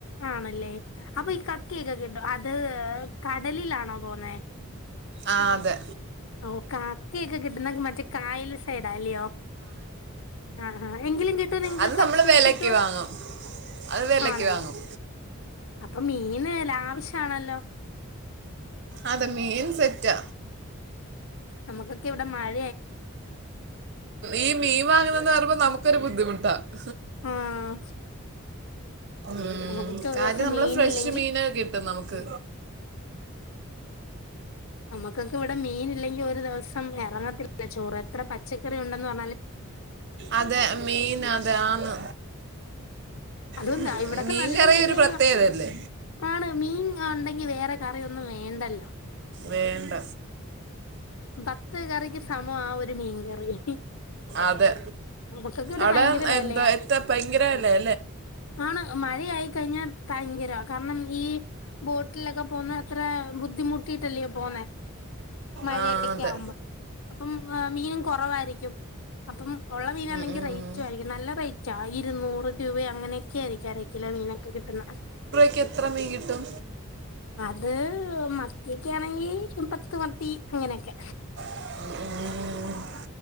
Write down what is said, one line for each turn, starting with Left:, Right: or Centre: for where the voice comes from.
Left: ആണല്ലേ അപ്പൊ ഈ കക്കയൊക്കൊ 'കിട്ടോ അത് കടലിലാണോ പോനെ
Right: ആ അതെ
Left: ഓ കക്കയൊക്കെ കിട്ടുന്ന മറ്റേ കായൽ <unintelligible> ആ എങ്കിലും കിട്ടുവ നിങ്ങക്ക്
Right: അത്
Left: കക്കൊകെ
Right: നമ്മൾ വിലക്ക്
Left: കിട്ടുവോ
Right: വാങ്ങും അത് വിലക്ക്
Left: ആണല്ലേ
Right: വാങ്ങും
Left: അപ്പൊ മീന് ലാവശ്യാണല്ലോ
Right: അതെ മീൻ സെറ്റാ
Left: നമുക്കൊക്കെ ഇവിടെ മഴ
Right: ഈ മീൻ വാങ്ങുന്നന്ന് പറീയമ്പോ നമുക്കൊരു ബുദ്ധിമുട്ടാ <unintelligible>
Left: ആഹ്
Right: ഉം
Left: നമുക്കൊക്കെ ഒരു
Right: കാര്യംനമ്മള്
Left: ദിവസം മീനില്ലെങ്കിൽ
Right: ഫ്രഷ് മീന ക്കെകിട്ടും നമുക്ക്
Left: നമ്മക്കൊക്കെ ഇവിടെ മീൻ ഇല്ലെങ്കിൽ ഒരു ദിവസം എറങ്ങത്തില്ല ല്ല ചോറ് എത്ര പച്ചക്കറി ഉണ്ടന്ന് പറ
Right: അതെ മീൻ അതാണ്
Left: അതും
Right: ഉം
Left: ഇവിടൊക്കെ
Right: മീൻ
Left: നല്ല
Right: കറി
Left: വിലയാ
Right: ഒരു പ്രത്യേകതയല്ലേ
Left: ആണ് മീൻ ഉണ്ടെങ്കി വേറെ കറി ഒന്നും വേണ്ടല്ലോ
Right: വേണ്ട
Left: പത്ത് കറിക്ക് സമം ആ ഒരു മീൻകറി
Right: അതെ
Left: നമുക്കൊക്കെ ഇവിടെ
Right: അത്
Left: ഭയങ്കര വിലയാ
Right: എന്താ എത്ത ഭയങ്കരല്ലേ
Left: ആണ് മഴ ആയി കഴിഞ്ഞാൽ ഭയങ്കരാ കാരണം ഈ ബോട്ടിലൊക്കെ പോന്നെയത്രെ ബുദ്ധിമുട്ടിട്ടല്ലേ പോന്നെ മഴെക്കെ
Right: ആ അതെ
Left: ആവുമ്പോ അപ്പം മീനും കൊറവായിരിക്കും അപ്പം ഉള്ള മീനാണെങ്കിൽ
Right: ഉം ഉം.
Left: റേറ്റ് റ്റരിക്കും നല്ല റേറ്റ ഇരുന്നൂറ് രൂപ അങ്ങനൊക്കെ ആയിരിക്കും അര കിലോ മീനൊക്കെ കിട്ടുന്നത്
Right: ക്ക് എത്ര മീൻ കിട്ടും?
Left: ഹ് മത്തിയൊക്കാണെങ്കി പത്ത് മത്തി അങ്ങനൊക്കെ
Right: ഉം